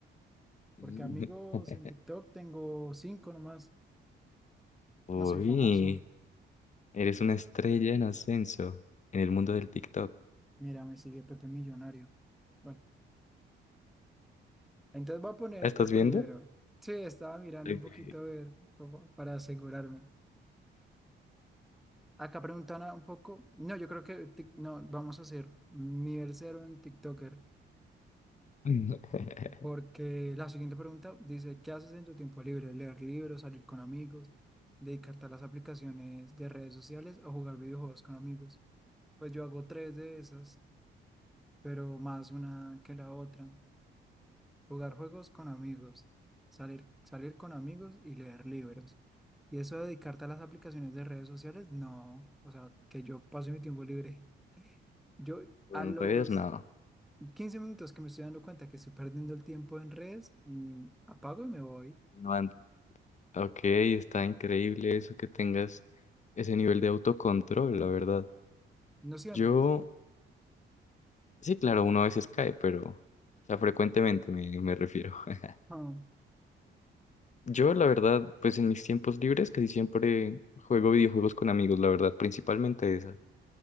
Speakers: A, on the left; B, in the centre.
A: <laughs>
B: Porque amigos en TikTok tengo 5 nomás.
A: Uy,
B: No soy famoso.
A: eres una estrella en ascenso en el mundo del TikTok.
B: Mira, me sigue Pepe Millonario. Bueno, entonces voy a poner
A: ¿Estás
B: el primero.
A: viendo?
B: Sí, estaba mirando
A: Ok.
B: un poquito a ver como para asegurarme. Acá preguntan a- un poco. No, yo creo que tic- no, vamos a hacer un nivel cero en TikToker.
A: <laughs>
B: Porque la siguiente pregunta dice: ¿Qué haces en tu tiempo libre? ¿Leer libros, salir con amigos, dedicarte a las aplicaciones de redes sociales o jugar videojuegos con amigos? Pues yo hago tres de esas, pero más una que la otra. jugar juegos con amigos, salir, salir con amigos y leer libros. Y eso de dedicarte a las aplicaciones de redes sociales, no. O sea, que yo pase mi tiempo libre. Yo a
A: En
B: los
A: redes, no.
B: 15 minutos que me estoy dando cuenta que estoy perdiendo el tiempo en redes, mm, apago y me voy.
A: No antes. Ok, está increíble eso que tengas ese nivel de autocontrol, la verdad.
B: No siempre.
A: Yo, sí, claro, uno a veces cae, pero, o sea, frecuentemente me, me refiero. <laughs>
B: Ah,
A: Yo, la verdad, pues en mis tiempos libres casi siempre juego videojuegos con amigos, la verdad, principalmente esa.